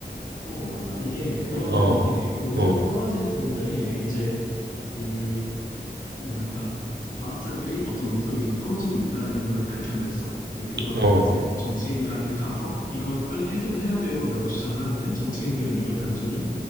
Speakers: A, on the left (about 50°); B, on the right (about 80°).
A: 어, 맞아. 이게 그런
B: 어,
A: 얘기인데, 그 운석이
B: 어,
A: 떨어지는 건데, 이제 그 뭐랄까, 과학자들이 어떤 운석이 지금 떨어지고 있다라는 거를 밝혀냈어. 근데 그거를
B: 어.
A: 이제 정치인들한테 가서 이거를 빨리 해결을 해야 돼요라고 주장을 하는데 정치인들은 이걸 단순히